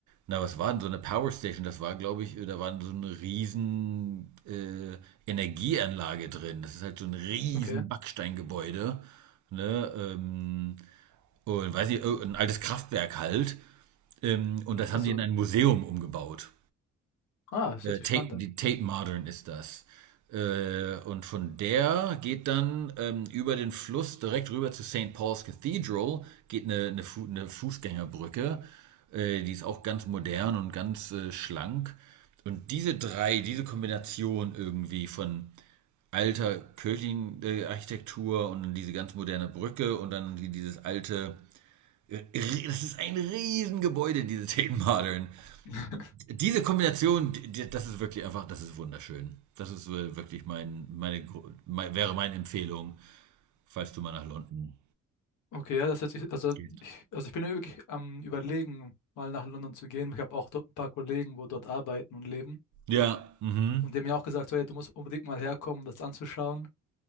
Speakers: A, on the right; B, on the left.
A: na, was war denn so eine Power Station? Das war, glaube ich, äh, da war so eine riesen äh, Energieanlage drin. Das ist halt so ein riesen
B: Okay.
A: Backsteingebäude ne, ähm, und weiß ich, oh, ein altes Kraftwerk halt. Ähm, und das
B: Also,
A: haben die in ein Museum umgebaut.
B: ah, das
A: Äh,
B: hört sich
A: Tate,
B: spannend an.
A: die Tate Modern ist das. Äh, und von der geht dann ähm, über den Fluss direkt rüber zu St. Paul's Cathedral, geht eine, eine, Fu eine Fußgängerbrücke. Äh, die ist auch ganz modern und ganz äh, schlank. Und diese drei, diese Kombination irgendwie von alter kirchlichen äh, Architektur und dann diese ganz moderne Brücke und dann dieses alte. äh, Das ist ein Riesengebäude, diese Tate Modern.
B: <laughs>
A: Diese Kombination, das ist wirklich einfach, das ist wunderschön. Das ist äh, wirklich mein, meine, mein, wäre meine Empfehlung, falls du mal nach London
B: Okay, ja, das hört sich, also
A: gehst.
B: ich, also ich bin ja wirklich am Überlegen, mal nach London zu gehen. Ich habe auch dort ein paar Kollegen, wo dort arbeiten und leben.
A: Ja, mhm.
B: Und die haben mir auch gesagt, so, hey, du musst unbedingt mal herkommen, um das anzuschauen.